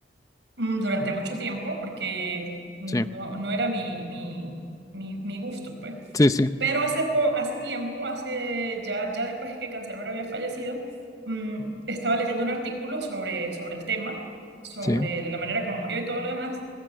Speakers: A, on the right (about 80°); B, on the left (about 20°).
A: mm, durante mucho tiempo, porque no,
B: sí,
A: no era mi, mi, mi, mi gusto, pues.
B: sí, sí,
A: Pero hace, po- hace tiempo, hace ya, ya después que Cancerbero había fallecido, mm, estaba leyendo un artículo sobre, sobre el tema, sobre
B: sí,
A: la manera como murió y todo lo demás,